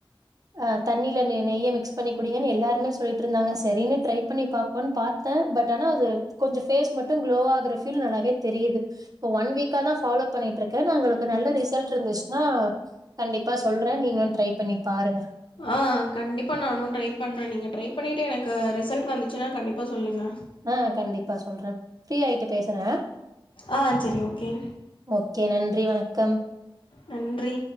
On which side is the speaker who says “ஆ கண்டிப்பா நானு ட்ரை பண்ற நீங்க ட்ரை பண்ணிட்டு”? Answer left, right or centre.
Left